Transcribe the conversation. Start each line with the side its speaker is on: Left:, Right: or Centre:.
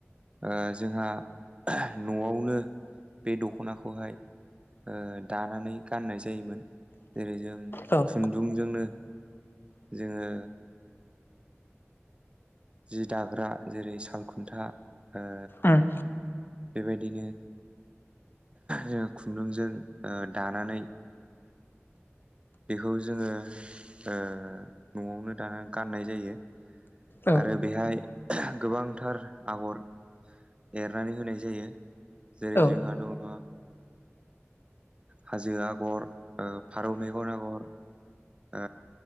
Right: ओ जोंहा न'आवनो बे दख'नाखौहाय ओ दानानै गाननाय जायोमोन। जेरै जों
Left: औ
Right: खुन्दुंजोंनो जोङो जि दाग्रा जेरै सालखुन्था ओ
Left: उम
Right: बेबायदिनो जों खुन्दुंजों ओ दानानै बेखौ जोङो, ओ न'आवनो दाना गाननाय जायो।
Left: औ
Right: आरो बेहाय गोबांथार आगर एरनानै होनाय जायो। जेरै
Left: औ उम
Right: जोंहा दं ओ हाजो आगर, ओ फारौ मेगन आगर। ओ